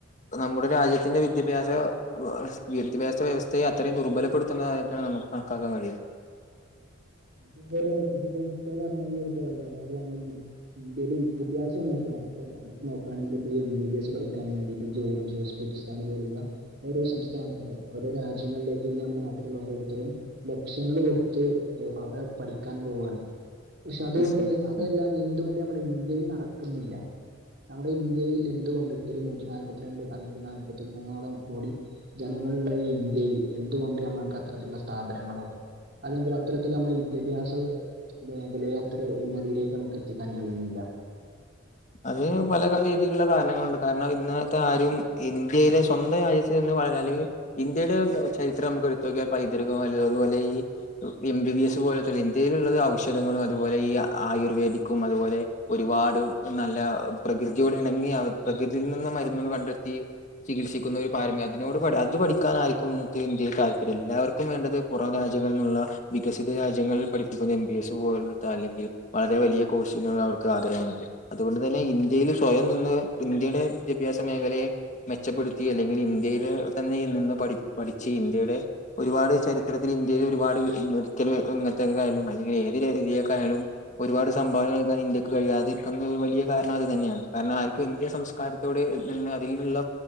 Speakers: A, on the left; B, on the right.
A: അത് നമ്മുടെ രാജ്യത്തിന്റെ വിദ്യാഭ്യാസ വിദ്യാഭ്യാസ വ്യവസ്ഥയെ അത്രയും ദുർബലപ്പെടുത്തുന്നതായിട്ടാണ് നമു കണക്കാക്കാൻ കഴിയു
B: ഇതൊരു <unintelligible> ഇന്ത്യയുടെ വിദ്യാഭ്യാസ മേഖല ലേ അത് നോക്കയാണെങ്കിലിപ്പൊ എം ബി ബിസ് പഠിക്കാൻ വേണ്ടിട്ട് ജോർജിയ ഉസ്ബെക്കിസ്ഥാൻ പോലുള്ള ഓരോ സംസ്ഥാനത്തിന്റെ ഓരോ രാജ്യങ്ങളിലേക്ക് ഇന്ന് നമ്മുടെ നാട്ടിലുള്ള ഓരോരുത്തരും ലക്ഷങ്ങള് കൊട്ത്ത് ഹ് അവ്ടേ പഠിക്കാൻ പോവാണ് പക്ഷെ അതുകൊണ്ട്
A: തീർച്ചയായും
B: അതെല്ലാം കഴിഞ്ഞ് എന്തുകൊണ്ട് നമ്മുടെ ഇന്ത്യയിൽ നടക്കുന്നില്ല നമ്മുടെ ഇന്ത്യയിൽ എന്തുകൊണ്ട് ഒത്തിരി നൂറ്റി നാല്പത്തിരണ്ട് അല്ലെങ്കിൽ നാല്പത്തി മൂന്നോളം കോടി ജനങ്ങളുള്ള ഈ ഇന്ത്യയിൽ എന്തുകൊണ്ട് നമ്മൾക്ക് അത്തരത്തിലുള്ള സ്ഥാപനങ്ങളോ. അല്ലെങ്കിൽ അത്തരത്തിൽ നമ്മള് ഈ വിദ്യാഭ്യാസ മേഖലയത്ര ഉന്നതിയിലേക്ക് നമുക്ക് എത്തിക്കാൻ കഴിയുന്നില്ല
A: അത് പല രീതിയിലുള്ള കാരണങ്ങളുണ്ട് കാരണം ഇന്നത്തെ ആരും ഇന്ത്യയിലെ സ്വന്തം രാജ്യ തിന്ന് വളരാ അല്ലെങ്കി ഇന്ത്യയുടെ ചരിത്രം നമുക്ക് എടുത്തു നോക്കിയാ പൈതൃക <unintelligible> അതുപോലെ ഈ എം ബി ബി എസ് പോലത്തെ ഇന്ത്യയിലുള്ളത് ഔഷധങ്ങളും അതുപോലെ ഈ ആയുർവേദിക്കും അതുപോലെ. ഒരുപാട് നല്ല പ്രകൃതിയോട് ഇണങ്ങി. അവ പ്രകൃതിയിൽ നിന്ന് മരുന്നുകൾ കണ്ടെത്തി ചികിത്സിക്കുന്നൊരു പാരമ്പര്യ അതിനോട് പഠി അത് പഠിക്കാനായിരിക്കും ഇന്നത്തെ ഇന്ത്യയിൽ താല്പര്യം. എല്ലാവർക്കും വേണ്ടത് പുറം രാജ്യങ്ങളിൽന്നുള്ള വികസിത രാജ്യങ്ങളിൽ പഠിപ്പിക്കുന്ന എം ബി എസ് പോലെത്ത അല്ലെങ്കിൽ വളരെ വലിയ കോഴ്സ് നോടാ അവർക്ക് ആഗ്രഹമുള്ളത്. അതുകൊണ്ട് തന്നെ ഇന്ത്യയില് സ്വയം നിന്ന് ഇന്ത്യയുടെ വിദ്യാഭ്യാസ മേഖലയെ മെച്ചപ്പെടുത്തി അല്ലെങ്കിൽ ഇന്ത്യയിലെ തന്നെ നിന്ന് പഠി പഠിച്ച് ഇന്ത്യയുടെ ഒരുപാട് ചരിത്രത്തില് ഇന്ത്യയിൽ ഒരുപാട് മെഡിക്കല് ഇങ്ങൻത്തെ ക്കെക്കെ ആയാലും അല്ലെങ്കി ഏത് രേ രീയൊക്കായാലും ഒരുപാട് സംഭാവന നൽകാൻ ഇന്ത്യക്ക് കഴിയും അത് കന്നുകൾ വലിയ കാരണം അത് തന്നെയാണ്. കാരണം ആർക്കും ഇന്ത്യ സംസ്കാരത്തോട് തന്നെ അതിലുള്ള